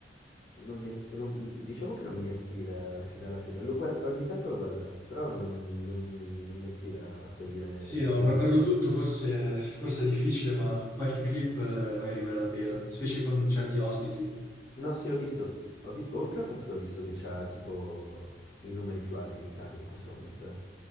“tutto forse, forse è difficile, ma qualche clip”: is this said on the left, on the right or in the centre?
Left